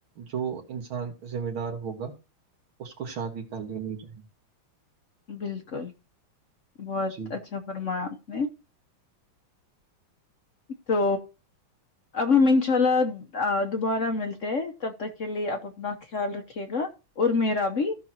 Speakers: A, on the right; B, on the left.
A: جو انسان ذمہ دار ہوگا اس کو شادی کر لینی چاہیے
B: بالکل بہت
A: جی
B: اچھا فرمایا آپ نے تو اب ہم انشاء اللہ دوبارہ ملتے ہیں تب تک کے لیے آپ اپنا خیال رکھیے گا اور میرا بھی